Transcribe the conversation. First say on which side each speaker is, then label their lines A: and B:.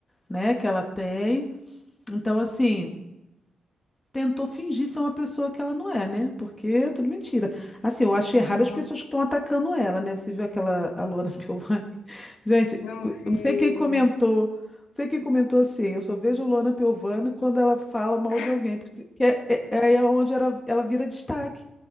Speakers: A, on the left; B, on the left.
A: né, que ela tem. Então assim, tentou fingir ser uma pessoa que ela não é, né? Porque é tudo mentira. Assim, eu acho errado
B: aham.
A: as pessoas que estão atacando ela, né? Você viu aquela a Luana <laughs> Piovani? Gente,
B: Não
A: eu
B: fiz.
A: eu não sei quem comentou. Não sei quem comentou assim. Eu só vejo a Luana Piovani quando ela fala mal
B: <laughs>
A: de alguém, porque que é, é, é onde era, ela vira destaque.